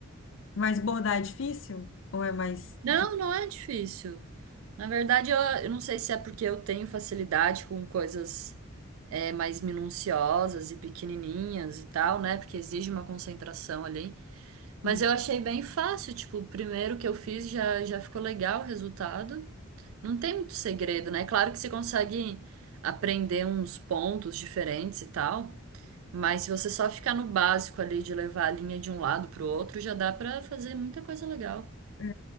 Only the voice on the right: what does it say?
Não,
não é difícil. Na verdade, eu, eu não sei se é porque eu tenho facilidade com coisas é, mais minuciosas e pequenininhas e tal, né? Porque exige uma concentração ali.
Mas eu achei bem fácil, tipo, o primeiro que eu fiz já, já ficou legal o resultado. Não tem muito segredo, né? Claro que você consegue aprender uns pontos diferentes e tal, mas se você só ficar no básico ali de levar a linha de um lado pro outro, já dá pra fazer muita coisa legal.